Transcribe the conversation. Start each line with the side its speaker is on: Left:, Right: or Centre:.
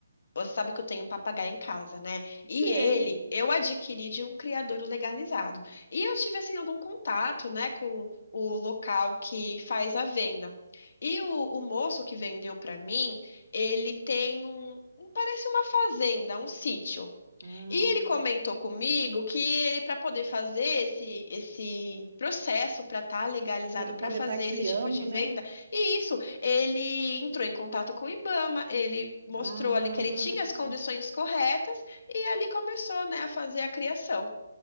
Left: Você sabe que eu tenho um papagaio em casa, né?
Right: Não
Left: E
Right: Sei.
Left: ele, eu adquiri de um criador legalizado. E eu tive, assim, algum contato, né, com o local que faz a venda. E o, o moço que vendeu para mim, ele tem um, um- parece uma fazenda, um sítio.
Right: Ah,
Left: E ele comentou comigo que ele, para poder fazer esse, esse processo para estar legalizado
Right: para ele
Left: para
Right: poder
Left: fazer
Right: estar criando,
Left: esse tipo de
Right: né?
Left: venda, e isso, ele entrou em contato com o IBAMA, ele mostrou
Right: Ah,
Left: ali que ele tinha as condições corretas e ali começou, né, a fazer a criação.